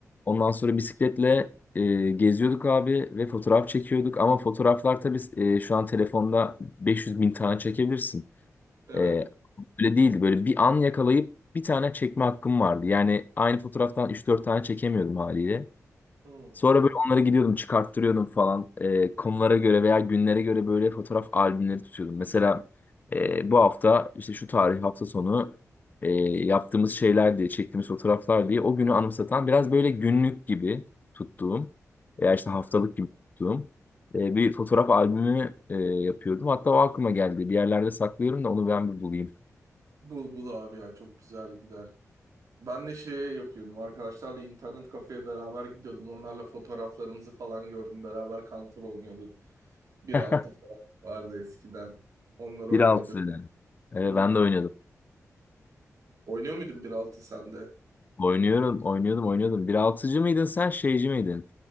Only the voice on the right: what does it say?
Evet.
Hı.
Hı
hı.
Bul bul abi ya çok güzel gider. Ben de şey yapıyordum. Arkadaşlarla internet kafeye beraber gidiyordum. Onlarla fotoğraflarımızı falan gördüm. Beraber Counter oynuyorduk. 1.6
falan vardı eskiden. Onları
oynuyorduk.
Hı.
Oynuyor muydun 1.6 sen de?